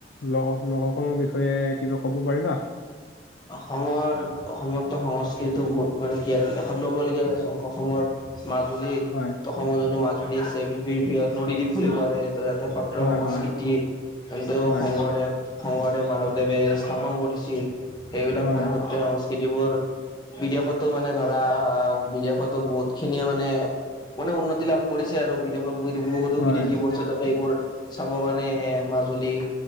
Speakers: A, on the left; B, on the left.
A: ল লোকসকলৰ বিষয়ে কিবা ক'ব পাৰিবা?
B: অসমৰ অসমতো সংস্কৃতিতটো বহুত মানে কি আৰু দেষত ল'বলগীয়া আচ অসমৰ মাজুলী
A: হয়
B: অসমত জো মাজুলী আছে, বিত বিহৎ নদীদ্বীপ বুলি কোৱা যায়, তাতে স প্ৰ
A: হয়
B: সংস্কৃতি
A: হয়
B: কিন্তু
A: হয়
B: শংকৰদেৱ শংকৰদেৱ, মাধৱদেৱে স্থাপন কৰিছিল। সেইবিলাক
A: হয়
B: মানে, সত্ৰিয়া সং <unintelligible> বিদেশতো মানে ধৰা, বিদেশতো বহুত খিনিয়ে মানে, মানে উন্নতি লাভ কৰিছে আৰু। বিদেশত, বহুতো
A: হয়
B: বিদেশী পৰ্যটকে এইবোৰ চাব কাৰণে, মাজুলী।